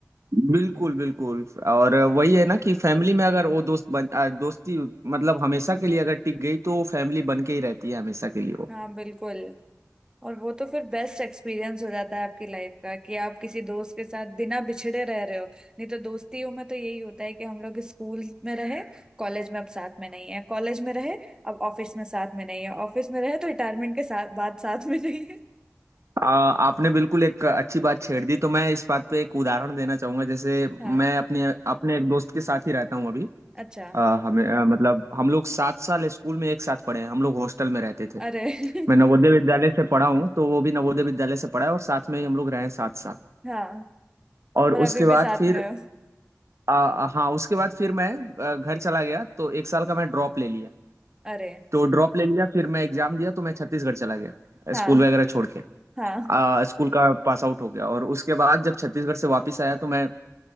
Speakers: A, on the right (about 65°); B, on the right (about 15°).
A: बिल्कुल बिल्कुल और वही है ना कि फैमिली में अगर वो दोस्त बन अ, दोस्ती मतलब हमेशा के लिए अगर टिक गई तो फैमिली बन के ही रहती है हमेशा के लिए वो
B: हाँ बिल्कुल और वो तो फिर बेस्ट एक्सपीरियंस हो जाता है आपकी लाइफ का कि आप किसी दोस्त के साथ बिना बिछड़े रह रहे हो नहीं तो दोस्तियों में तो यही होता है कि हम लोग स्कूल में रहे कॉलेज में अब साथ में नहीं है कॉलेज में रहे अब ऑफिस में साथ में नहीं है ऑफिस में रहे तो रिटायरमेंट के साथ बाद साथ में नहीं है
A: आ, आपने बिल्कुल एक अच्छी बात छेड़ दी तो मैं इस बात पे एक उदाहरण देना चाहूंगा जैसे
B: हाँ
A: मैं अपने अपने एक दोस्त के साथ ही रहता हूँ अभी
B: अच्छा
A: आ, हमें आ, मतलब हम लोग सात साल स्कूल में एक साथ पढ़े हैं हम लोग हॉस्टल में रहते थे
B: अरे <laughs>
A: मैं नवोदय विद्यालय से पढ़ा हूँ तो वो भी नवोदय विद्यालय से पढ़ा है और साथ में ही हम लोग रहे हैं सात साल
B: हाँ
A: और
B: और
A: उसके
B: अभी
A: बाद
B: भी साथ
A: फिर
B: में हो
A: आ, हाँ उसके बाद फिर मैं आ, घर चला गया तो एक साल का मैं ड्रॉप ले लिया
B: अरे
A: तो ड्रॉप ले लिया फिर मैं एग्जाम दिया तो मैं छत्तीसगढ़ चला गया
B: हाँ
A: स्कूल वगैरह छोड़ के
B: हाँ
A: आ, स्कूल का पास आउट हो गया और उसके बाद जब छत्तीसगढ़ से वापस आया तो मैं